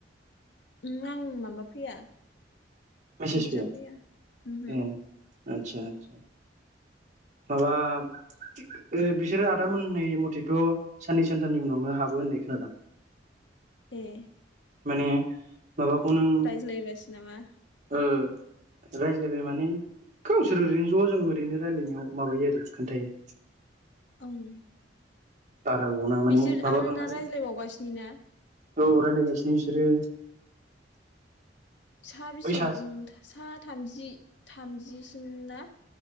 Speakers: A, on the left; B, on the right.
A: ओम आं माबा फैया
B: मेसेस
A: नुजाफैया
B: फैया
A: ओमहो
B: ओं आदसा आदबा माबाब ओ बिसोरो आदाम मोन होने मथेथ' साननै सानथामनि उनावनो हाबो होननाय खोनादां
A: ए
B: माने माबाखौ नों
A: रायज्लायबासो नामा
B: ओ रायज्लायबाय माने गावसोर ओरैनो ज' जों ओरैनो रायज्लायनायाव माबायो आरो खोन्थायो
A: ओं
B: बारा ग'ना माने
A: बिसोर
B: माबाखांनानै
A: आरो दा रायज्लायबावगासिनो ना
B: औ रायलायगासिनो बिसोरो
A: साबिसज'न
B: बै सासे
A: ओम सा थामजि थामजिसिम ना?